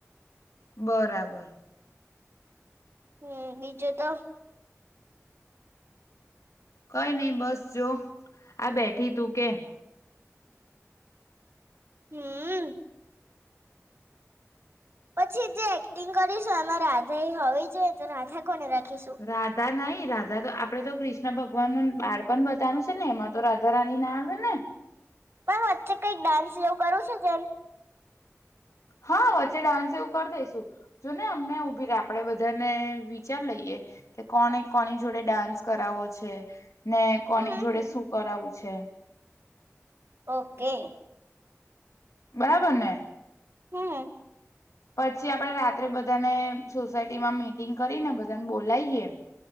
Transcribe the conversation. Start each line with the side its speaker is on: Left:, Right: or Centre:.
Left: બરાબર
Right: હમ બીજું તો
Left: કઈ નઈ બસ જો આ બેઠી તું કે
Right: હમ પછી જે એક્ટિંગ કરીશું આમાં રાધા હોવી જોઈએ તો રાધા કોને રાખીશું
Left: રાધા નહી રાધા તો આપડે તો કૃષ્ણ ભગવાન નું બાળપણ બતાનું છે ને એમાં તો રાધા રાની ના આવે ને
Right: પણ વચ્ચે કંઈક ડાન્સ જેવું કરું છું જેમ
Left: હા ડાન્સ એવું કરી દઈસું જોને અમને ઉભી રે આપડે બધાને વિચાર લઈએ કે કોને કોની જોડે ડાન્સ કરાવો છે ને કોની
Right: હમ
Left: જોડે
Right: હમ
Left: શું કરાવું છ છે.
Right: ઓકે
Left: બરાબર ને
Right: હમ
Left: પછી આપડે રાત્રે બધાને સોસાયટી માં મિટિંગ કરી ને બ બોલાઈએે